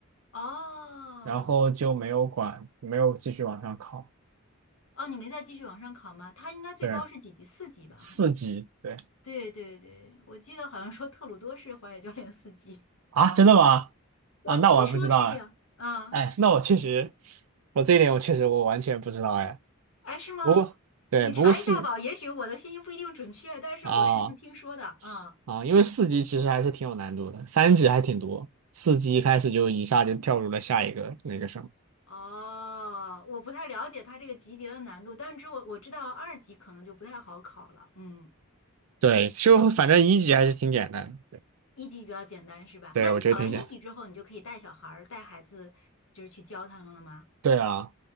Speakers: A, on the left (about 70°); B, on the right (about 80°).
A: 哦，
B: 然后就没有管，没有继续往上考，
A: 哦，你没再继续往上考吗？他应该最高是几级？
B: 对，
A: 四级吧？
B: 四级，
A: 好像。
B: 对
A: 对对对，我记得好像说特鲁多是滑雪教练四级，
B: 啊，真的吗？
A: 我听说是这样。
B: 啊，那我还不知道哎，
A: 啊，
B: 哎，那我确实，我这一点我确实我完全不知道哎，
A: 哎，是吗？
B: 不过对，
A: 你查一下吧，
B: 不过四
A: 也许我的信息不一定准确，但是我是这么听说的。
B: 啊。
A: 啊。
B: 啊，因为四级其实还是挺有难度的，三级还挺多，四级一开始就一下就跳入了下一个那个什么，
A: 哦，我不太了解它这个级别的难度，但是我我知道二级可能就不太好考了，嗯，
B: 对，就反正一级还是挺简单的对，
A: 一级比较简单是吧？
B: 对，
A: 那你考完一级之后，
B: 我觉得挺简单，
A: 你就可以带小孩儿、带孩子，就是去教他们了吗？
B: 对啊，